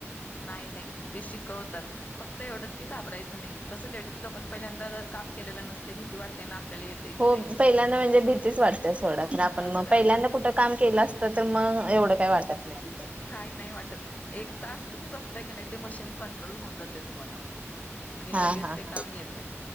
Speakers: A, on the left; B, on the right.
A: नाही नाही ते शिकवतात फक्त एवढंच की घाबरायचं नाही. कसं लेडीज लोकाना पण पहिल्यांदा काम केलेलं नसते भीती वाढते ना आपल्याला येते की
B: हो
A: नाही येते
B: पहिल्यांदा
A: की नाही
B: म्हणजे भीतीच वाटते सोडा खरं
A: हा
B: आपण मग
A: सगळ्यांना
B: पहिल्यांदा कुठं काम केलं असतं तर मग एवढं
A: हा
B: काही वाटत नाही.
A: काही नाही वाटत एक तास तुम्ही बसलाय की नाही ते मशीन कंट्रोल होऊन जातय. तुम्हाला आणि
B: हा
A: लगेच
B: हा
A: ते
B: हा
A: काम येतय.